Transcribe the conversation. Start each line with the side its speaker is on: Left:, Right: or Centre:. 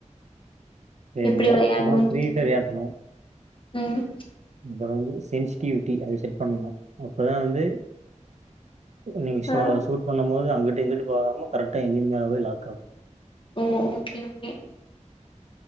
Right: சேரிங்க
Left: எப்டி வெளையாட்ணுன்
Right: <inaudible> மொத ப்ஃரீ
Left: சொல்லிட்டு
Right: ஃபயர் ஏத்ணு
Left: ம்
Right: ப்றம் வந்து சென்சிட்டிவிட்டி அத செட் பண்ணனு அப்பதா வந்து நீங் <unintelligible>
Left: ஆ
Right: சூட் பண்ணம்போ மொது அங்குட்டு இங்குட்டு போகாம கரெக்டா எதிரி மேல போய் லாக் ஆகு
Left: ம் ஓகே ஓகே